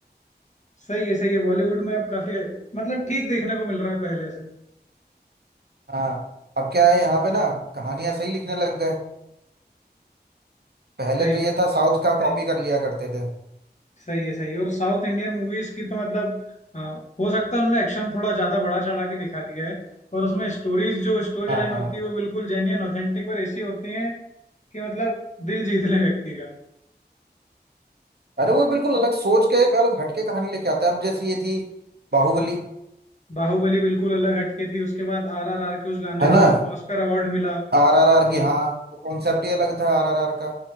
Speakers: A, on the left; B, on the right.
A: सही है सही है बॉलीवुड में अब काफी मतलब ठीक देखने को मिल रहा है पहले से
B: हाँ अब क्या है यहाँ पे ना कहानियां सही लिखने लग गए पहले
A: सही
B: तो ये
A: है
B: था साउथ का कॉपी कर लिया करते थे
A: सही है सही है और साउथ इंडियन मूवीज की तो मतलब अ, हो सकता है उनमें एक्शन थोड़ा ज्यादा बढ़ा चढ़ा के दिखा दिया है पर उसमें स्टोरीज जो स्टोरी
B: हाँ
A: लाइन
B: हाँ
A: होती है वो बिल्कुल जेन्युइन ऑथेंटिक और ऐसी होती है कि मतलब दिल जीत ले व्यक्ति का
B: अरे वो बिल्कुल अलग सोच के एक अलग हटके कहानी लेके आते हैं अब जैसी ये थी बाहुबली
A: बाहुबली बिल्कुल अलग हटके थी उसके बाद आर आर आर के उस गाने
B: है ना
A: को ऑस्कर अवार्ड मिला
B: आरआरआर की हाँ वो कॉन्सेप्ट ही अलग था आरआरआर का